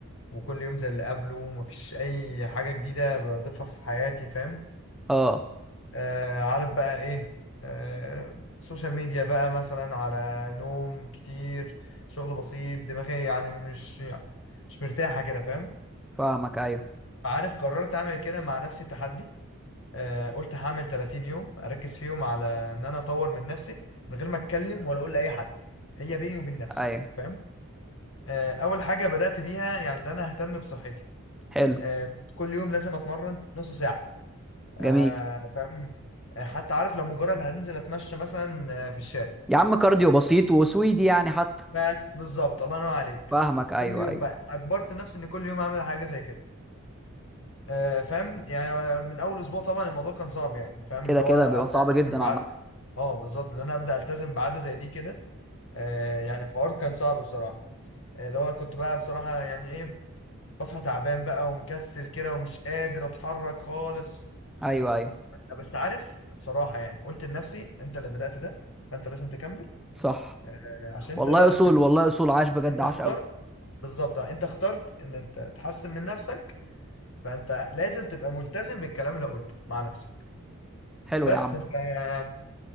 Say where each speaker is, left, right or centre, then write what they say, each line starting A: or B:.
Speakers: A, on the left (about 70°); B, in the centre.
A: وكل يوم زي اللي قبله ومفيش أي حاجة جديدة بضيفها في حياتي فاهم
B: اه
A: آه عارف بقى إيه آه سوشيال ميديا بقى مثلا على نوم كتير شغل بسيط دماغي يعني مش يعني مش مرتاحة كده فاهم
B: فاهمك ايوه
A: عارف قررت أعمل كده مع نفسي تحدي آه قلت هعمل 30 يوم أركز فيهم على إن أنا أطور من نفسي من غير ما أتكلم ولا أقول لأي حد هي بيني وبين نفسي
B: ايوه
A: فاهم آه، اول حاجه بدات بيها يعني ان انا اهتم بصحتي
B: حلو
A: آه، كنت كل يوم لازم اتمرن نص ساعه آه،
B: جميل
A: فاهم آه، حتى عارف لو مجرد هنزل اتمشى مثلا آه، في الشارع
B: يا عم كارديو بسيط وسويدي يعني حتى
A: بس بالظبط الله ينور عليك
B: فاهمك
A: آه،
B: ايوه
A: كل يوم
B: ايوه
A: بقى اجبرت نفسي ان كل يوم اعمل حاجه زي كده آه، فاهم يعني آه، من اول اسبوع طبعا الموضوع كان صعب يعني فاهم
B: كده
A: اللي
B: كده
A: هو ابدا
B: بيبقى صعب
A: التزم
B: جدا
A: بعد
B: عامه
A: اه بالظبط ان انا ابدا التزم بعاده زي دي كده آه، يعني الحوار كان صعب بصراحه آه، اللي هو كنت بقى بصراحه يعني ايه بصحى تعبان بقى ومكسل كده ومش قادر اتحرك خالص
B: ايوه ايوه
A: آه، بس عارف بصراحة يعني قلت لنفسي انت اللي بدأت ده فانت لازم تكمل
B: صح
A: آه، عشان
B: والله
A: انت ده اختيار
B: اصول والله اصول عاش بجد
A: انت
B: عاش
A: اخترت
B: قوي
A: بالظبط آه، انت اخترت ان انت تحسن من نفسك فانت لازم تبقى ملتزم بالكلام اللي قلته مع نفسك
B: حلو
A: بس
B: يا عم
A: ف آه،